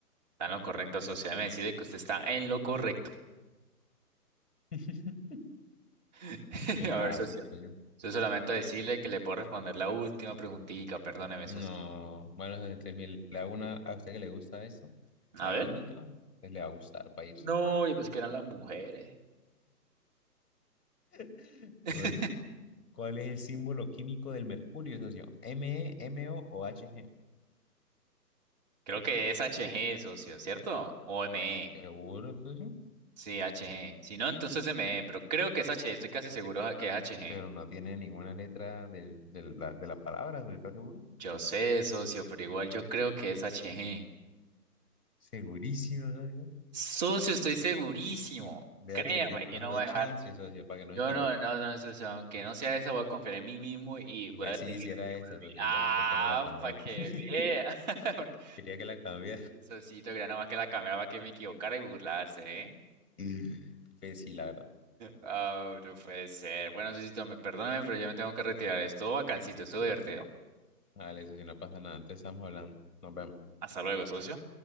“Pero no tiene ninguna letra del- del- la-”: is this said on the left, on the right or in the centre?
Left